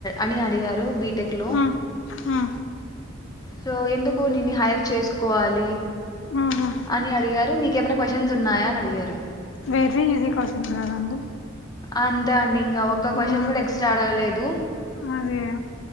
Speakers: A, on the left; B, on the left.
A: అని అడిగారు బి టెక్లో
B: ఉమ్ ఉమ్
A: సో ఎందుకు నిన్ను హైర్ చేసుకోవాలి
B: ఉహు
A: అని అడిగారు మీకేమైనా క్వశ్చన్స్ ఉన్నాయా అని అడిగారు
B: వేరీ ఈజీ క్వాషన్స్ కదండి
A: అంతే అండి ఇంగా ఒక్క క్వశ్చన్
B: ఆ
A: కూడా ఎక్స్ట్రా అడగలేదు
B: అదే